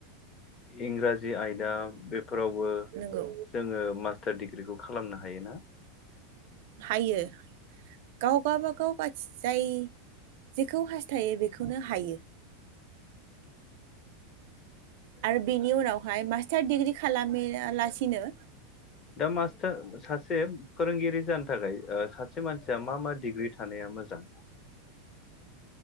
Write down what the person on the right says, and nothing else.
नंगौ
हायो गाव गाबागाव जाय जेखौ हास्थायो बेखौनो हायो आरो बेनि उनावहाय मास्टार दिडिग्रि खालामालासिनो